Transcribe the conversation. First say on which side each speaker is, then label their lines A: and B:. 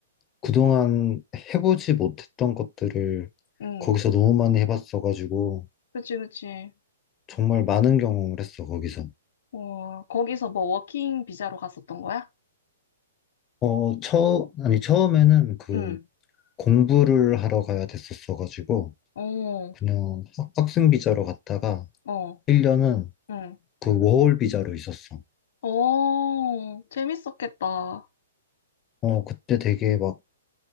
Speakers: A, on the left (about 25°); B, on the left (about 70°).
A: 그동안 해보지 못했던 것들을
B: 응.
A: 거기서 너무 많이 해봤어가지고,
B: 그치, 그치.
A: 정말 많은 경험을 했어, 거기서.
B: 어, 거기서 뭐 워킹 비자로 갔었던 거야?
A: 어, 처, 아니, 처음에는 그
B: 응.
A: 공부를 하러 가야 됐었어가지고,
B: 어.
A: 그냥 학- 학생 비자로 갔다가,
B: 어.
A: 1년은
B: 응.
A: 그 워홀 비자로 있었어.
B: 오, 재밌었겠다.
A: 어, 그때 되게 막